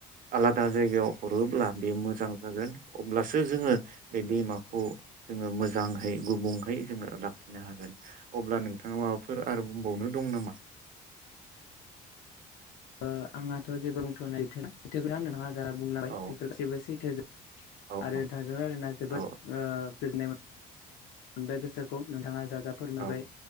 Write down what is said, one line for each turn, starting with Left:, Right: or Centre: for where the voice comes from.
Right: आलादा जायगायाव हरोब्ला बे मोजां अब्लासो जोङो बे दैमाखौ जोङो मोजांङै गुबुंहै जोङो लाखिनो हागोन अब्ला नों नोंथाङा माबाफोर आरो बुंबावनो? दं नामा?
Left: ओ आंहाथ जेबो बुंथनाय गैथला <unintelligible> जा बुंलांबाय
Right: औ
Left: बेफोरखौ जेबो सैथो जोब
Right: औ
Left: आरो
Right: औ
Left: थांजों रायलायना जोबोद
Right: औ
Left: ओ गोजोननाय मोन मोनबाय गोसोखौ नोंथाङा जा जा फोरमायबाय
Right: औ